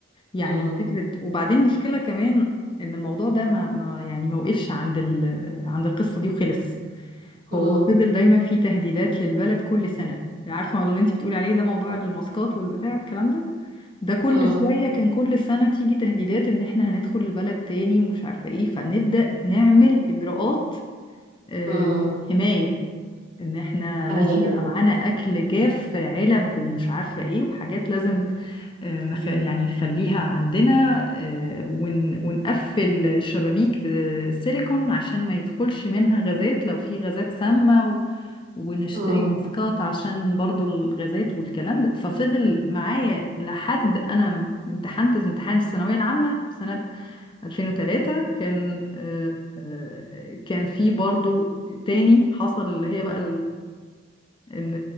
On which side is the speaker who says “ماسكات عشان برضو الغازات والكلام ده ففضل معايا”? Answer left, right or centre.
Left